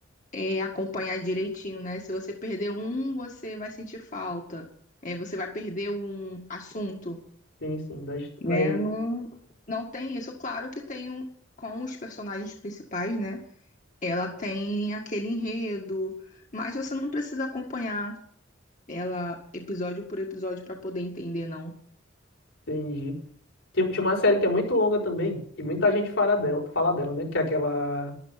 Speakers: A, on the left (about 40°); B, on the left (about 75°).
A: é, acompanhar direitinho, né? Se você perder um, você vai sentir falta, é, você vai perder um assunto,
B: Sim, sim. Vai,
A: né?
B: vai-
A: Não, não tem isso. Claro que tem um, com os personagens principais, né? Ela tem aquele enredo, mas você não precisa acompanhar ela episódio por episódio para poder entender, não.
B: entendi. Tem, tem uma série que é muito longa também, e muita gente fala dela, fala dela, né? Que é aquela,